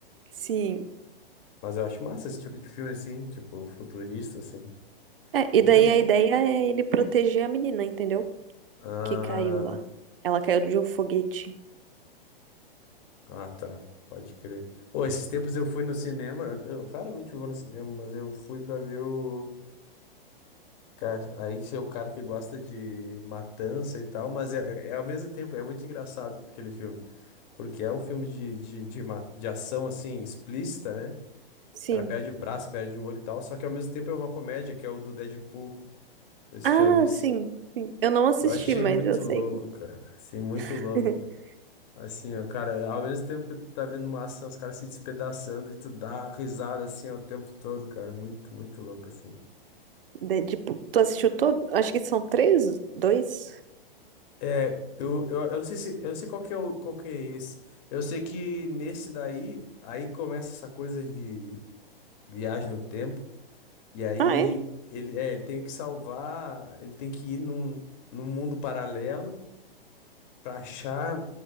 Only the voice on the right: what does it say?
Sim.
É, e
daí
a ideia é ele proteger a menina, entendeu?
Que caiu lá. Ela caiu de um foguete.
Sim.
Ah,
sim, sim. Eu não assisti,
mas
eu sei.
<laughs>
De- tipo, tu assistiu todo? Acho que são três, dois.
Ah, é?